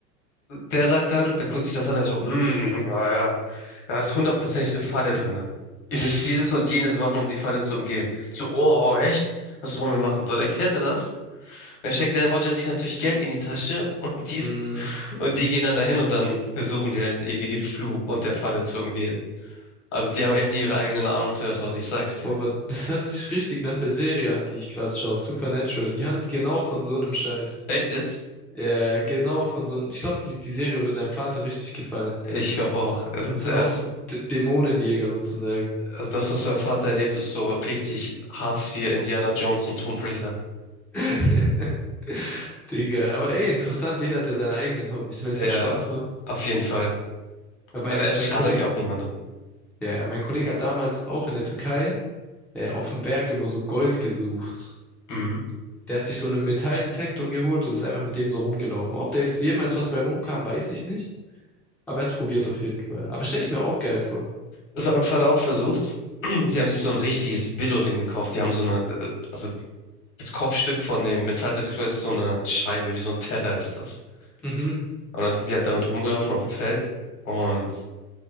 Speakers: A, on the left; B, in the centre.
A: der sagt dann, der guckt sich das an, der so, hm, naja, da ist hundertprozentig eine Falle drinne. Ihr
B: <laughs>
A: müsst dieses und jenes machen, um die Falle zu umgehen. So, oh, oh, echt? Was sollen wir machen? Und dann erklärt er das. Dann steckt der Hodja sich natürlich Geld in die Tasche und die,
B: Hm,
A: und die gehen dann dahin und dann versuchen die halt irgendwie den Fluch und der Falle zu umgehen. Also die
B: Das,
A: haben echt ihre eigenen Abenteuer dort, ich sag's dir.
B: boah, wa- das hört sich richtig nach der Serie an, die ich gerade schaue. Supernatural. Die handelt genau von so einem Scheiß.
A: Echt jetzt?
B: Ja, genau, von so einem. Ich glaube, die, die Serie würde deinem Vater richtig gefallen.
A: Ich glaube auch. Also, also
B: Das sind auch so D Dämonenjäger sozusagen.
A: also das, was mein Vater erlebt, ist so richtig Hartz IV, Indiana Jones und Tomb Raider.
B: <laughs> Digga, aber ey, interessant, jeder hat ja seine eigenen Hobbys, wenn
A: Ja,
B: es ihm Spaß macht.
A: auf jeden Fall.
B: Weil mein,
A: Also es schadet
B: mein Kollege,
A: ja auch niemandem.
B: ja, mein Kollege hat damals auch in der Türkei äh, auf dem Berg immer so Gold gesucht.
A: Mhm.
B: Der hat sich so einen Metalldetektor geholt und ist einfach mit dem so rumgelaufen. Ob da jetzt jemals was bei rumkam, weiß ich nicht. Aber er hat's probiert auf jeden Fall. Aber stell ich mir auch geil vor.
A: Das hat mein Vater auch versucht. <clears throat> Die haben sich so ein richtiges Billo-Ding gekauft. Die haben so eine, äh, also das Kopfstück von dem Metalldetektor ist so eine Scheibe, wie so ein Teller ist das.
B: Mhm,
A: Und dann sind die halt damit rumgelaufen auf dem Feld. Und